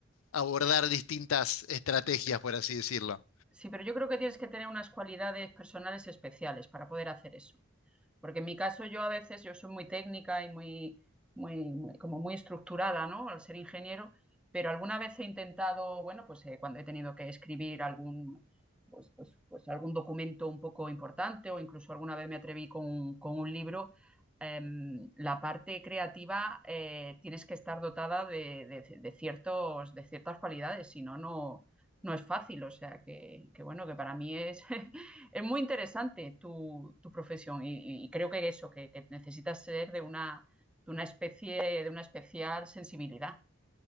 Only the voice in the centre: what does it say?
sí, pero yo creo que tienes que tener unas cualidades personales especiales para poder hacer eso. Porque en mi caso yo a veces, yo soy muy técnica y muy, muy, muy- como muy estructurada, ¿no? Al ser ingeniero, pero alguna vez he intentado, bueno, pues eh, cuando he tenido que escribir algún, pues, pues, pues algún documento un poco importante o incluso alguna vez me atreví con, un- con un libro, em, la parte creativa eh, tienes que estar dotada de, de- de ciertos, de ciertas cualidades, si no, no, no es fácil. O sea que, que bueno, que para mí es <laughs> es muy interesante tu, tu profesión y, y, creo que eso, que, que necesitas ser de una, de una especie, de una especial sensibilidad.